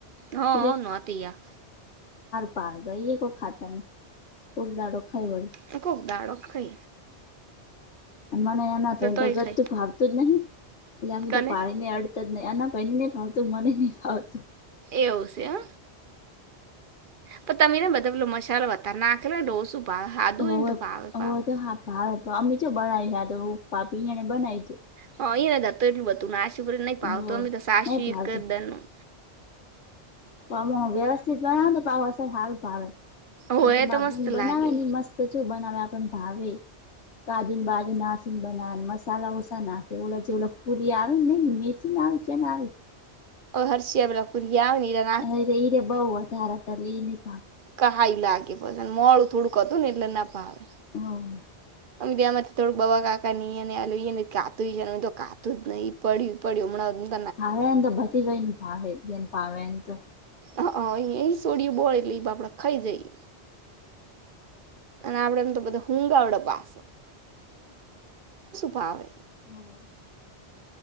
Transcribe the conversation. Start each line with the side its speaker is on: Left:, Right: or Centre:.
Right: હ
Left: <inaudible>
Right: નહોતી આ
Left: પા કોઈ ખાતા ન કોક દાડો ખાઈ વળી
Right: તો ખૂક દાડો ખંઇ
Left: મને એના ભાઈ તો
Right: તોય
Left: ગત
Right: ખાઈ
Left: તું ભાવતું જ નહી. એટલે અમે
Right: કને
Left: તો પાણી ને અડતા જ નહ આના ભાઈને નઈ ફાવતું મને નઈ ફાવતું.
Right: એવું છે હ. પણ તમીને બદલલો મસાલો વધ નાખને ડોસું ભાવે હાદું
Left: હોવે
Right: એ ભાવે પાવ
Left: હોવે તો હા અમ્ી જો બનાવી તો પાપી અયા ને બનાવી દું.
Right: હ એ નતો એટલું બધું નાસીપર ન
Left: તું
Right: ભાવતો
Left: હો
Right: અી તો સાસુ
Left: નહી ભાવતું
Right: એક કરદનું
Left: પામાં વ્યવસ્થિત બનાવ પાવ અસર સારું ભાવે
Right: હોય
Left: એમ તો મા
Right: મસ્ત
Left: બૂન બનાવે
Right: લાગે
Left: ને મસ્ત. તોચું બનાવે આપણ ભાવે કાજુ ને બાજુ નાસીને બનાવ મસાલા ઓસા નાખે. કે ઓ જે પુરી આવે નને મેથી આવે કેમ આવે
Right: ઓ હરષિયાેલાુરીની.
Left: હ એરે બહુ ધારલીની.
Right: કાઈ લાગે પછ મોું થોડુંક હતું ને એટલે ના ભાવે.
Left: હોવે
Right: અમે ત્યાંમાંથી થોડું બવા કાકા હીયા આલ કાતું છે ને તો કાતું જ નહી પડ્યું પડ્યું હમ્મ.
Left: ભાવે એમ તો બધી ગય ને ભાવે જેને ભાવે એમ તો.
Right: હ અ એ સોડિય બોળ એટલે એપડા ખાઈ જઈ અને આપડે એમ તો બધા હુંગાવડે પાસે. ભાવે
Left: હો.